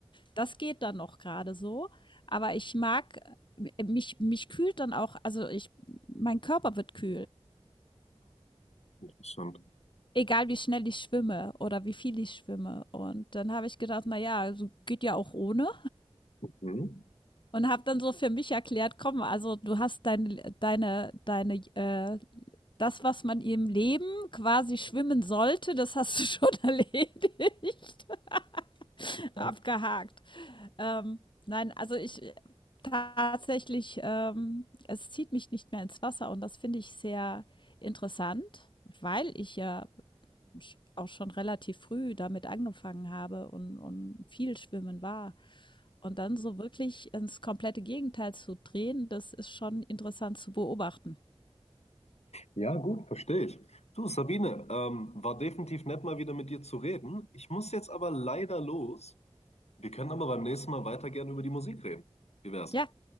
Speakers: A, on the left; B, on the left.
A: Das geht dann noch gerade so, aber ich mag äh, mich mich kühlt dann auch also, ich mein Körper wird kühl,
B: interessant.
A: egal wie schnell ich schwimme oder wie viel ich schwimme. Und dann habe ich gedacht: „Na ja, also, geht ja auch ohne“
B: Mhm.
A: und habe dann so für mich erklärt: „Komm, also, du hast dein deine deine, äh das, was man im Leben quasi schwimmen sollte, das hast du <laughs> schon erledigt.“ <laughs> Abgehakt.
B: Ja.
A: Ähm, nein, also ich äh, tatsächlich, ähm, es zieht mich nicht mehr ins Wasser und das finde ich sehr interessant, weil ich ja sch- auch schon relativ früh damit angefangen habe und, und viel schwimmen war. Und dann so wirklich ins komplette Gegenteil zu drehen, das ist schon interessant zu beobachten.
B: Ja, gut, verstehe ich. Du, Sabine, ähm, war definitiv nett, mal wieder mit dir zu reden. Ich muss jetzt aber leider los. Wir können aber beim nächsten Mal weiter gerne über die Musik reden. Wie wär's?
A: Ja,